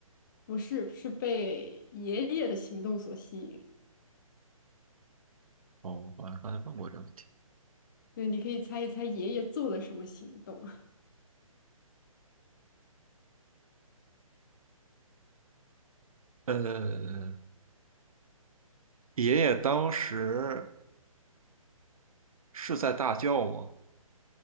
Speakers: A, on the left; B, on the right.
A: 不是是被爷爷的行动所吸引。
B: 哦，我好像刚才问过这个问题。
A: 对，你可以猜一猜爷爷做了什么行动。<laughs>
B: 呃，爷爷当时是在大叫吗？